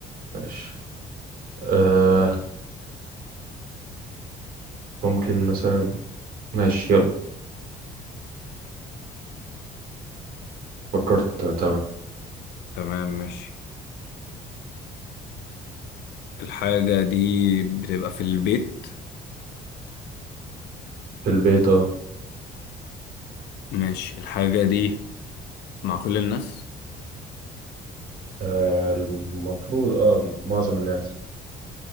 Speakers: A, on the right (about 60°); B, on the left (about 75°).
A: ماشي آه، ممكن مثلا ماشي يلا فكرت تمام
B: تمام ماشي الحاجة دي بتبقى في البيت
A: في البيت اه
B: ماشي الحاجة دي مع كل الناس
A: آه، المفروض اه معظم الناس